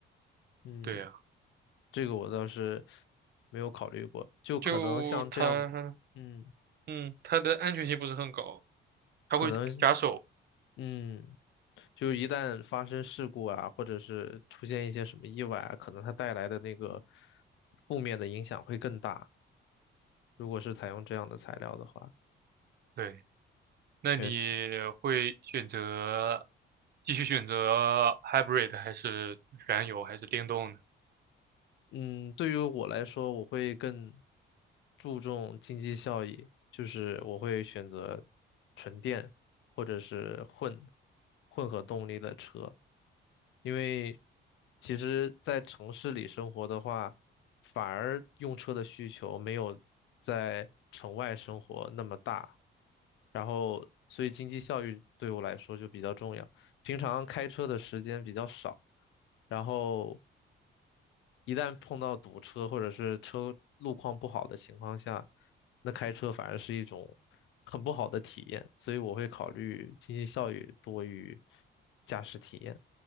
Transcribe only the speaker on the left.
嗯。
这个我倒是没有考虑过，就可能像这样的，
嗯，
可能，嗯，就一旦发生事故啊，或者是出现一些什么意外啊，可能它带来的那个负面的影响会更大。如果是采用这样的材料的话，
确实。
嗯，对于我来说，我会更注重经济效益，就是我会选择纯电或者是混混合动力的车，因为其实，在城市里生活的话，反而用车的需求没有在城外生活那么大，然后所以经济效益对我来说就比较重要。平常开车的时间比较少，然后一旦碰到堵车或者是车路况不好的情况下，那开车反而是一种很不好的体验，所以我会考虑经济效益多于驾驶体验。